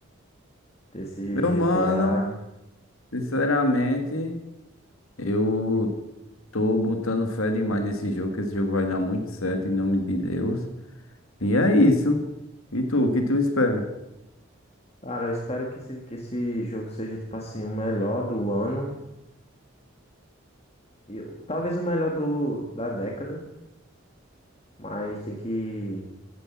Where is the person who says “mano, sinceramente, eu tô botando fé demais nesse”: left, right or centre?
Left